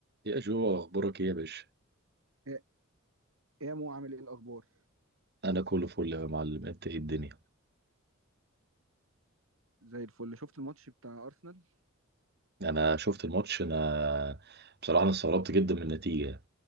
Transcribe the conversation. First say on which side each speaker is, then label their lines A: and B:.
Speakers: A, on the right; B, on the right.
A: يا جو اخبارك ايه يا باشا
B: إيه إيه يا مو عامل ايه الاخبار
A: انا كله فل يا معلم انت ايه الدنيا
B: زي الفل شفت الماتش بتاع ارسنال
A: انا شفت الماتش انا بصراحه انا استغربت جدا من النتيجه